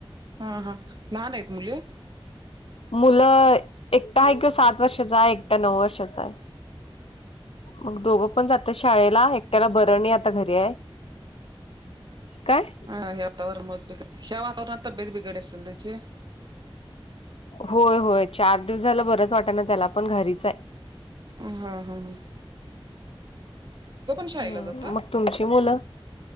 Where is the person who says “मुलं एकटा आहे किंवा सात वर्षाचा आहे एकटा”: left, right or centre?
Left